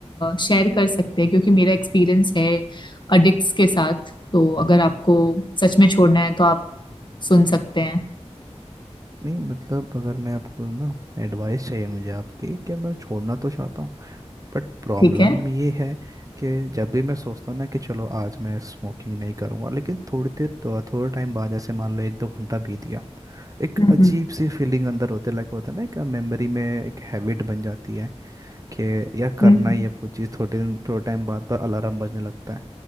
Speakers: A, on the left; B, on the right.
A: शेयर कर सकते हैं क्योंकि मेरा एक्सपीरियंस है अडिक्ट्स के साथ तो अगर आपको सच में छोड़ना है तो आप सुन सकते हैं
B: नहीं मतलब अगर मैं आपको ना एडवाइस चाहिए मुझे आपकी कि मैं छोड़ना तो चाहता हूँ बट प्रॉब्लम
A: ठीक है
B: ये है कि जब भी मैं सोचता हूँ ना कि चलो आज मैं स्मोकिंग नहीं करूँगा लेकिन थोड़ी देर तो थोड़ा टाइम बाद जैसे मान लो एक दो घंटा बीत गया एक
A: हम्म
B: अजीब
A: हम्म
B: सी फीलिंग अंदर होते लगे होता है ना एक मेमोरी में एक हैबिट बन जाती है कि यार करना
A: हम्म
B: ही है वो चीज़ थोड़े दिन थोड़े टाइम बाद पर अलार्म बजने लगता है